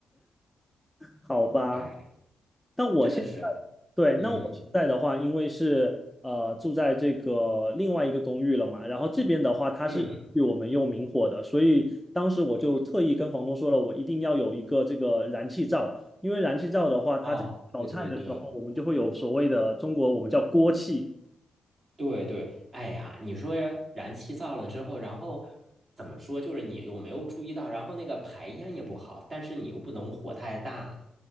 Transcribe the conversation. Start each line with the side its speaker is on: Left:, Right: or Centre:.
Centre: 好吧，
Right: 哎，
Centre: 那我现在，
Right: 真的是，
Centre: 对，
Right: 嗯
Centre: 那我现在的话，因为是呃住在这个另外一个公寓了嘛，然后这边的话，它是与我们用明火的，
Right: 嗯，
Centre: 所以当时我就特意跟房东说了，我一定要有一个这个燃气灶，因为燃气灶的话，它这个炒菜的时候，
Right: 啊，对对对。
Centre: 我们就会有所谓的中国我们叫锅气，
Right: 对对，哎呀，你说燃气灶了之后，然后怎么说？就是你有没有注意到，然后那个排烟也不好，但是你又不能火太大。